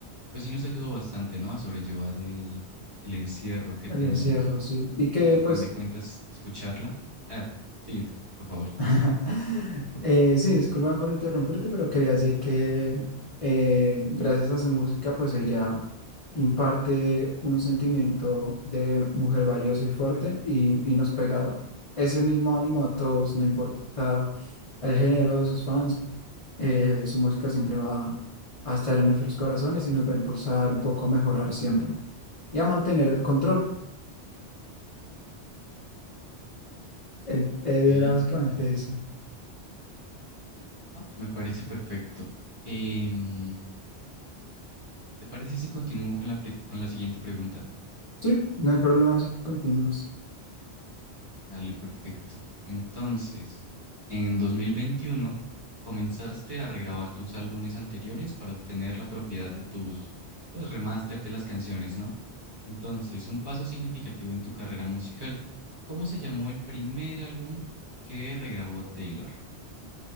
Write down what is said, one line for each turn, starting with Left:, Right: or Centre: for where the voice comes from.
Right: pues sí nos ayudó bastante, ¿no? A sobrellevar el, el encierro que
Left: el
Right: teníamos.
Left: encierro, sí. Y que
Right: A
Left: pues...
Right: fin de cuentas, escucharla. Ah, sí, por favor.
Left: <laughs> Eh, sí, discúlpame por interrumpirte, pero quería decir que eh, gracias a su música, pues ella imparte un sentimiento de mujer valiosa y fuerte y, y nos pega ese mismo ánimo a todos, no importa el género de sus fans, eh, su música siempre va a estar en nuestros corazones y nos va a impulsar un poco a mejorar siempre y a mantener el control. En- Era
Right: Ok,
Left: básicamente
Right: ok.
Left: eso.
Right: Ah, Me parece perfecto. Em, ¿te parece si continúo con la, pre- con la siguiente pregunta?
Left: Sí, no hay problema si continúas.
Right: Dale, perfecto. Entonces, en 2021 comenzaste a regrabar tus álbumes anteriores para obtener la propiedad de tus, pues, remaster de las canciones, ¿no? Entonces, un paso significativo en tu carrera musical. ¿Cómo se llamó el primer álbum que regrabó Taylor?